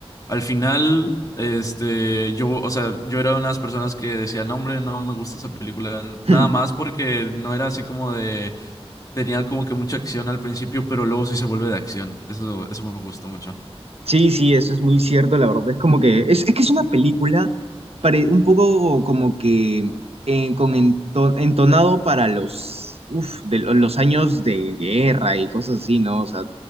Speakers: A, on the left; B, on the right.
A: Al final, este, yo, o sea, yo era una de las personas que decía, no, hombre, no me gusta esa película, nada
B: <laughs>
A: más porque no era así como de tenía como que mucha acción al principio, pero luego sí se vuelve de acción. Eso, eso me gustó mucho.
B: Sí, sí, eso es muy cierto, la verdad. Es como que es, es que es una película pare- un poco como que eh, con ento- entonado para los, uf, de lo- los años de guerra y cosas así, ¿no? O sea,